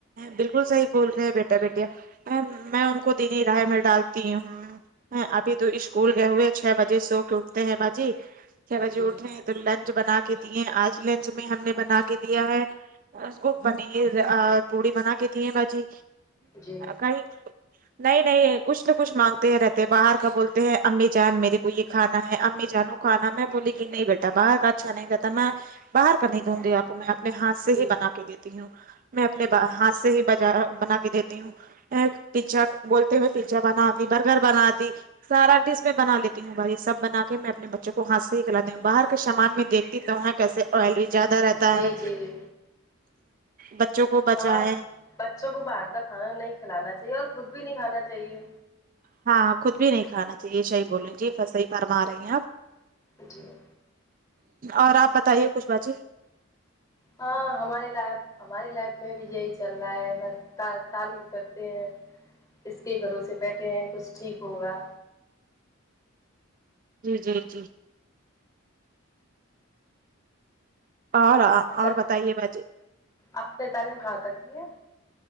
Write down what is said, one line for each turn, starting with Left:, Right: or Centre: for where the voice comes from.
Right: بالکل صحیح بول رہے ہیں بیٹا بیٹیا میں میں ان کو دینی رائے میں ڈالتی ہوں ابھی تو اشکول گئے ہوئے چھ بجے سو کے اٹھتے ہیں باجی چھ بجے
Left: جی
Right: اٹھے ہیں تو لنچ بنا کے دیے آج لنچ میں ہم نے بنا کے دیا ہے اس کو پنیر پوڑی بنا کے دیے باجی
Left: جی
Right: کئی نہیں نہیں کچھ نہ کچھ مانگتے ہیں رہتے باہر کا بولتے ہیں امی جان میرے کو یہ کھانا ہے امی جان وہ کھانا میں بولی کہ نہیں بیٹا باہر کا اچھا نہیں رہتا میں باہر کا نہیں
Left: ہاں
Right: دوں گی
Left: ہاں
Right: آپ کو
Left: ہاں
Right: میں اپنے ہاتھ سے
Left: جی
Right: ہی بنا کے دیتی ہوں میں اپنے
Left: جی
Right: ہاتھ سے ہی بجا بنا کے دیتی ہوں پیزا بولتے ہوئے پیزا بنا دی برگر بنا دی سارا ڈش میں بنا لیتی ہوں بھائی سب بنا کے میں اپنے
Left: جی
Right: بچوں کو ہاتھ سے ہی باہر کے سامان میں دیکھتی تو کیسے آئلی زیادہ رہتا
Left: جی
Right: ہے
Left: جی
Right: بچوں کو بچائیں
Left: ہاں بچوں کو باہر کا کھانا نہیں کھلانا چاہیے اور خود بھی نہیں کھانا چاہیے
Right: ہاں خود بھی نہیں کھانا چاہیے شهیح بول رہے جی صحیح فرما رہی ہیں آپ
Left: جی ہے
Right: اور آپ بتائیے کچھ باجی
Left: ہاں ہمارے لائق ہماری لائف میں بھی یہی چل رہا ہے بس تا تعلیم کرتے ہیں اس کے بھروسے بیٹھے ہیں کچھ ٹھیک ہوگا
Right: جی جی جی اور
Left: اچھا
Right: اور بتائیے باجی
Left: آپ نے تعلیم کہاں تک کی ہے